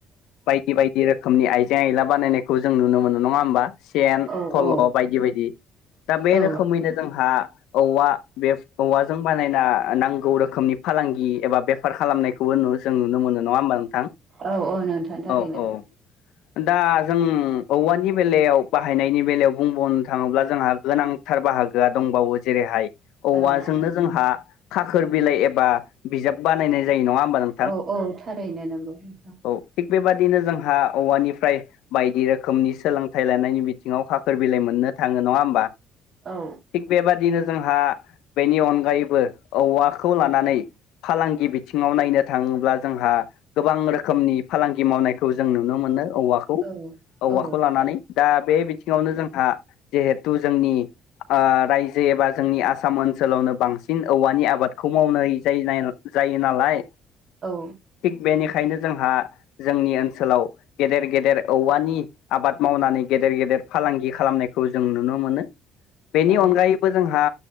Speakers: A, on the left; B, on the right.
A: बायदि बायदि रोखोमनि आइजें आयला बानायनायखौ जों नुनो मोनो नङा होमबा सेन
B: औ
A: फलब
B: औ
A: बायदि बायदि दा बे
B: औ
A: रोखोमैनो जोंहा औवा बे औवाजों बानायना नांगौ रोखोमनि फालांगि एबा बेफार खालामनायखौबो नु जों नुनो मोनो नङा होमबा नोंथां
B: औ औ नोंथां थारैनो
A: औ औ दा जों औवानि बेलायाव बाहायनायनि बेलायाव बुंबावनो थाङोब्ला जोंहा गोनां थार बाहागोआ दंबावो जेरैहाय औवाजोंनो
B: औ
A: जोंहा खाखोर बिलाइ एबा बिजाब बानायनाय जायो नङा होमबा नों
B: औ औ थारैनो नंगौ नोंथां
A: औ थिग बेबादिनो जोंहा औवानिफ्राय बायदि रोखोमनि सोलोंथाइ लानायनि बिथिङाव खाखोर बिलाइ मोननो थाङो नङा होमबा
B: औ
A: थिग बेबादिनो जोंहा बेनि अनगायैबो औवाखौ लानानै फालांगि बिथिङाव नायनो थाङोब्ला जोंहा गोबां रोखोम रोखोमनि फालांगि मावनायखौ जों नुनो मोनो औवाखौ खौ
B: औ
A: औवाखौ
B: औ
A: लानानै दा बे बिथिङावनो जोंहा जिहेथु जोंनि ओ रायजो एबा जोंनि आसाम ओनसोलावनो बांसिन औवानि आबादखौ मावनो जाय ना जायो नालाय
B: औ
A: थिग बेनिखायनो जोंहा जोंनि ओनसोलाव गेदेर गेदेर औवानि आबाद मावनानै गेदेर गेदेर फालांगि खालामनायखौ जों नुनो मोनो बेनि
B: औ
A: अनगायैबो बो जोंहा